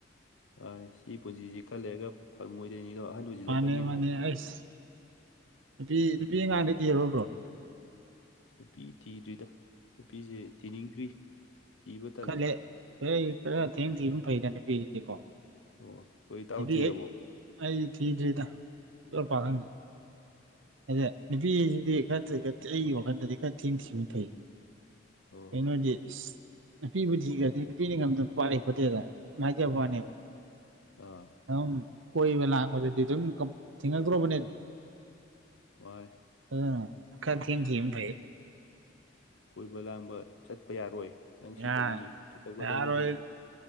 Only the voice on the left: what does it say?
ꯑꯥ ꯁꯤ ꯄꯨꯟꯁꯤꯁꯤ ꯈꯔ ꯂꯩꯔꯒ ꯐꯪꯉꯣꯏꯗꯣꯏꯅꯤꯗꯣ ꯑꯍꯟ ꯑꯣꯏꯁꯤꯜꯂꯛꯀꯅꯤ
ꯑꯃꯨꯛ
ꯅꯨꯄꯤ ꯊꯤꯗ꯭ꯔꯤꯗ ꯅꯨꯄꯤꯁꯦ ꯊꯤꯅꯤꯡꯗ꯭ꯔꯤ ꯊꯤꯕ ꯇꯜꯂꯦ
ꯑꯣꯑꯣ ꯍꯣꯏ ꯏꯇꯥꯎ
ꯊꯤꯔꯕꯣ
ꯑꯣ
ꯍꯣꯏ
ꯍꯣꯏ
ꯑꯥ
ꯍꯣꯏ
ꯀꯣꯏꯕ ꯂꯥꯡꯕ ꯆꯠꯄ ꯌꯥꯔꯣꯏ ꯅꯪ
ꯁꯤ ꯇꯧꯅꯤ ꯁꯤ ꯇꯧꯒꯗꯕꯅꯤ